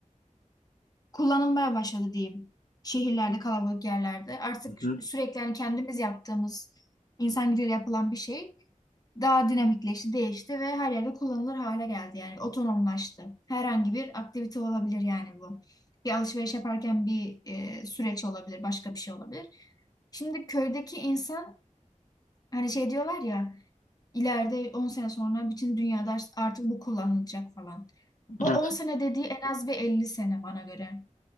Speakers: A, on the left; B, on the left.
A: kullanılmaya başladı diyeyim. Şehirlerde, kalabalık yerlerde. Artık
B: Hı hı.
A: sürekli hani kendimiz yaptığımız insan gücüyle yapılan bir şey daha dinamikleşti, değişti ve her yerde kullanılır hale geldi. Yani otonomlaştı. Herhangi bir aktivite olabilir yani bu. Bir alışveriş yaparken bir e, süreç olabilir, başka bir şey olabilir. Şimdi köydeki insan hani şey diyorlar ya ileride 10 sene sonra bütün dünyada artık bu kullanılacak falan. O
B: Evet.
A: 10 sene dediği en az bir 50 sene bana göre.